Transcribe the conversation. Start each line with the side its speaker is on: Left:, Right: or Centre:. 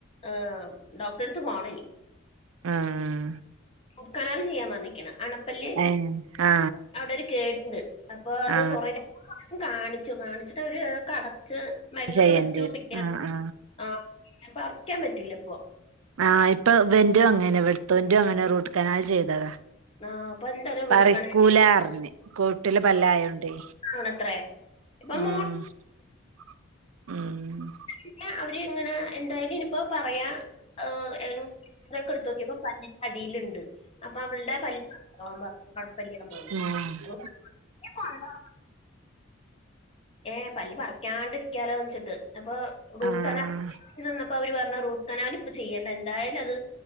Left: ഏഹ് ഡോക്ടറെടുത്ത് പോണം ഇനി
Right: ആഹ്
Left: റൂട്ട്കനാൽ ചെയ്യാൻ പറഞ്ഞ്ക്ണ് അണപല്ല്
Right: ഏ ആ
Left: അവിടെ ഒരു കേടുണ്ട് അപ്പൊ അത്
Right: ആ
Left: കൊറെ കാണിച്ചു കാണിച്ചിട്ട് അവര്തൊക്കെ അടച്ച് മരുന്നൊക്കെ
Right: ചെയ്യേണ്ടി
Left: വെച്ചു
Right: വരും
Left: പിന്നെ
Right: ആ ആ
Left: ആപ്പോ പർക്കാൻ പറ്റില്ല ഇപ്പോ
Right: ആഹ് ഇപ്പൊ ഇവന്റൊ അങ്ങനെ ഇവിടത്തോന്റോ അങ്ങനെ റൂട്ട് കനാൽ ചെയ്തതാ
Left: ആഹ് അപ്പൊ എന്താലും റൂട്ട്കനാലും
Right: പറിക്കൂലാ പറഞ്ഞ് കോട്ടില് പല്ലായോണ്ടേ
Left: ആണത്രേ ഇപ്പൊ
Right: ഉം
Left: മോൾ
Right: ഉം
Left: പിന്നെ അവര് ഇങ്ങനെ എന്തായാലും ഇനിപ്പോ പറയാ ഏഹ് എക്സറ എടുത്ത്നോക്കിയപ്പോ പല്ലിന്റെ അടിയിലുണ്ട് അപ്പൊ അവളുടെ പല്ല് പറിചോളാൻ പറഞ്ഞു കുഴപ്പല്ലന്ന് പറഞ്ഞു
Right: ഉം ഉം ആഹ്
Left: അപ്പോ കൊണ്ടോ ഏഹ് പല്ല്പറിക്കാണ്ടിരിക്കാലോ ച്ചിട്ട് അപ്പൊ റൂട്ട്
Right: ആഹ്
Left: കനാൽ നിന്നപ്പോ ഇപ്പൊ അവര് പറഞ് റൂട്ട് കനാൽ ഇപ്പ ചെയ്യേണ്ട എന്തായാലും അത്